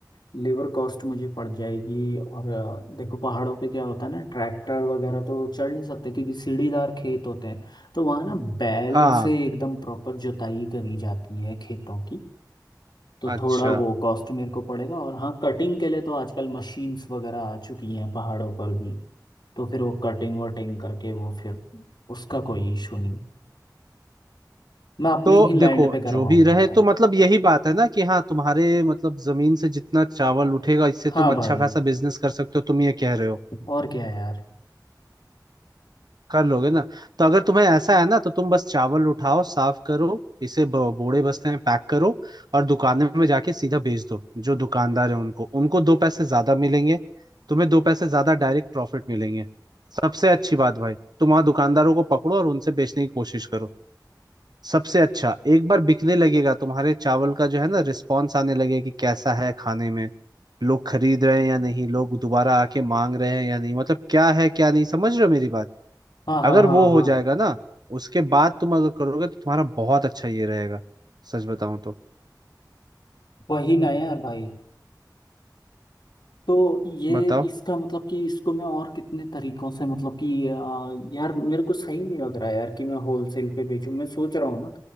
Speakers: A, on the left; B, on the right.
A: लेबर कॉस्ट मुझे पड़ जाएगी और अ, देखो पहाड़ों पे क्या होता है ना ट्रैक्टर वगैरह तो चढ़ नहीं सकते क्योंकि सीढ़ीदार खेत होते हैं तो वहाँ ना बैल
B: हाँ
A: से एकदम प्रॉपर जुताई करी जाती है खेतों की तो
B: अच्छा
A: थोड़ा वो कॉस्ट मेरे को पड़ेगा और हाँ कटिंग के लिए तो आजकल मशीन्स वगैरह आ चुकी हैं पहाड़ों पर भी तो फिर वो कटिंग वटिंग करके वो फिर उसका कोई इशू नहीं है मैं अपने
B: तो
A: ही लैंड
B: देखो
A: पे करवाऊंगा
B: जो भी रहे
A: यार
B: तो मतलब यही बात है ना कि हाँ तुम्हारे मतलब जमीन से जितना चावल उठेगा इससे
A: हाँ
B: तुम अच्छा
A: भाई
B: खासा बिजनेस कर सकते हो तुम ये कह रहे हो
A: और क्या यार
B: कर लोगे ना तो अगर तुम्हें ऐसा है ना तो तुम बस चावल उठाओ साफ करो इसे ब- बोड़े बस्ते में पैक करो और दुकान में जाके सीधा भेज दो जो दुकानदार है उनको उनको दो पैसे ज्यादा मिलेंगे तुम्हें दो पैसे ज्यादा डायरेक्ट प्रॉफिट मिलेंगे सबसे अच्छी बात भाई तुम वहां दुकानदारों को पकड़ो और उनसे बेचने की कोशिश करो सबसे अच्छा एक बार बिकने लगेगा तुम्हारे चावल का जो है ना रिस्पॉन्स आने लगेगा कि कैसा है खाने में लोग खरीद रहे हैं या नहीं लोग दोबारा आके मांग रहे हैं या नहीं मतलब क्या है क्या नहीं समझ रहे हो मेरी बात
A: हाँ हाँ
B: अगर
A: हाँ हाँ
B: वो
A: हाँ,
B: हो जाएगा ना उसके बाद तुम अगर करोगे तो तुम्हारा बहुत अच्छा ये रहेगा सच बताऊं तो
A: वही ना यार भाई तो ये
B: बताओ
A: इसका मतलब कि इसको मैं और कितने तरीकों से मतलब कि आ, यार मेरे को सही नहीं लग रहा यार कि मैं होलसेल पे बेचूं मैं सोच रहा हूँ ना